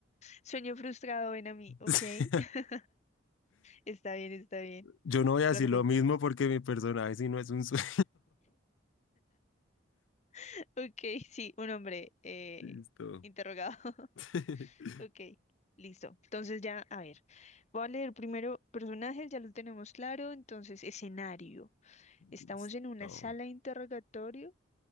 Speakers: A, on the left (about 35°); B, on the left (about 80°).
A: Sueño frustrado, ven a mí, ¿ok?
B: Sí.
A: <laughs> Está bien, está bien.
B: Yo no voy a
A: Perfecto.
B: decir lo mismo porque mi personaje si no es un sueño.
A: <laughs> Ok, sí, un hombre eh,
B: <laughs> Listo.
A: interrogado. <laughs>
B: <laughs>
A: Ok, listo. Entonces ya, a ver, voy a leer primero personajes, ya lo tenemos claro. Entonces, escenario.
B: Listo.
A: Estamos en una sala de interrogatorio